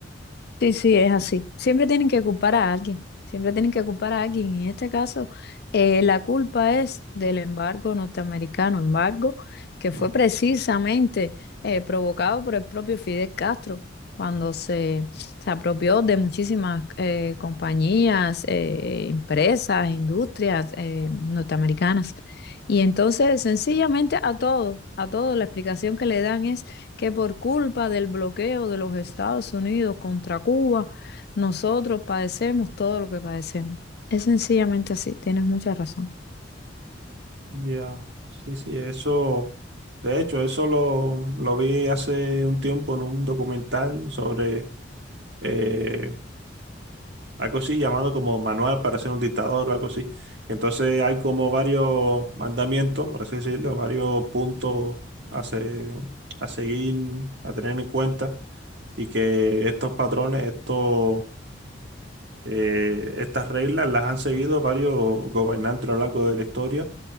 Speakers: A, on the left; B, on the right.
A: Sí, sí, es así. Siempre tienen que culpar a alguien, siempre tienen que culpar a alguien. Y en este caso, eh, la culpa es del embargo norteamericano, embargo que fue
B: Mm.
A: precisamente eh, provocado por el propio Fidel Castro, cuando se, se apropió de muchísimas eh, compañías, eh, empresas, industrias eh, norteamericanas. Y entonces, sencillamente a todo, a todo, la explicación que le dan que por culpa del bloqueo de los Estados Unidos contra Cuba, nosotros padecemos todo lo que padecemos. Es sencillamente así, tienes mucha razón.
B: Ya, Sí, sí, eso, de hecho, eso lo, lo vi hace un tiempo en un documental sobre eh, algo así llamado como manual para ser un dictador o algo así. Entonces hay como varios mandamientos, por así decirlo, varios puntos a, se- a seguir, a tener en cuenta y que estos patrones, estos Eh, estas reglas las han seguido varios gobernantes a lo largo de la historia